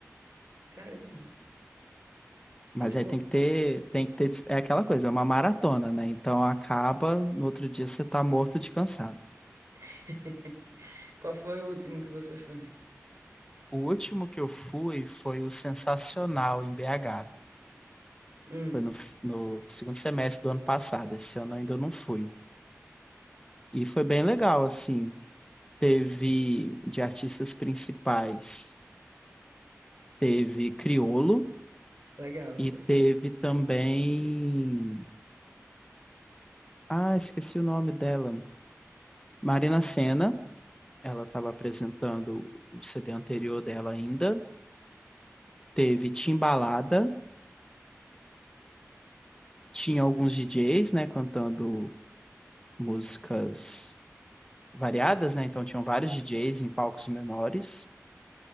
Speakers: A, on the right (about 75°); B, on the left (about 15°).
A: caramba.
B: Mas
A: E tipo,
B: aí tem que ter, tem que ter, dis- é aquela coisa, é uma maratona, né? Então acaba, no outro dia você tá morto de cansado.
A: <laughs> qual foi o último que você foi?
B: O último que eu fui foi o Sensacional em BH.
A: Hum,
B: Foi no, no segundo semestre do ano passado. Esse ano ainda eu não fui. E foi bem legal, assim. Teve de artistas principais, teve Criolo
A: legal, eu
B: e
A: gosto.
B: teve também. Ah, esqueci o nome dela. Marina Sena. Ela estava apresentando o CD anterior dela ainda. Teve Timbalada. Tinha alguns DJs, né, cantando músicas variadas, né? Então tinham vários DJs em palcos menores.